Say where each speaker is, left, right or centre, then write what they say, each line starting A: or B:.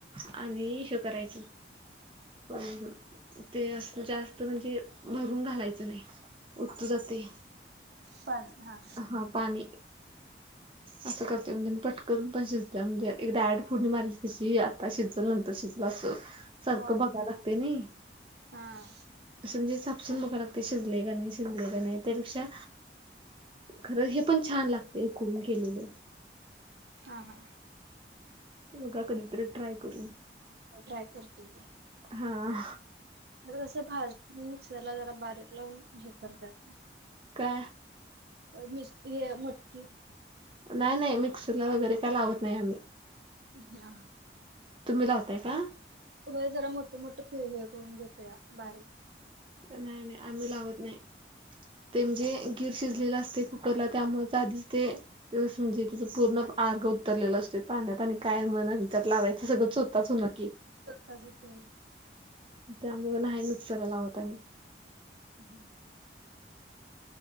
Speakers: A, on the right; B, on the right.
A: आणि हय करायच पण ते अस जास्त म्हणजे भरून घालायचं नाही. उतू जातंय.
B: चाललं हा
A: हा पाणी अस कर आणि तेन पटकून पण शिजत म्हणजे एक डायरेक्ट फोढणी मारली कशी आता शिजल नंतर शिजलं अस सारखं
B: बर
A: बघाय लागतय नही.
B: हा.
A: असं म्हणजे चापसून बघा लागतय शिजलय का नाही शिजलय का नाही. त्यापेक्षा खरं हे पण छान लागतय उकडून केलेलं.
B: हा हा
A: बघा कधीतरी ट्राय करून
B: ट्राय करतील की
A: हम
B: क भाज मिक्सरला जरा बारीक लावून हे करतात.
A: का
B: मिस् हे मटकी
A: नाही नाही मिक्सरला वगैरे काय लावत नाही. आम्ही
B: ह आ
A: तुम्ही लावताय का?
B: हो जरा मोठं मोठं फेव हे करून घेतो. या बारीक
A: नाही नाही आम्ही लावत नाही. ते म्हणजे गीर शिजलेलं असते कुकरला त्यामुळेच आधीच ते दिवस म्हणजे तिचं पूर्ण अर्ग उतरलेलं असत पाण्यात आणि काय म्हणा त्यात लावायचं सगळं स्वतःच हो न की
B: चोथा होतय
A: त्यामुळें नाही मिक्सर लावत. आम्ही
B: हम्म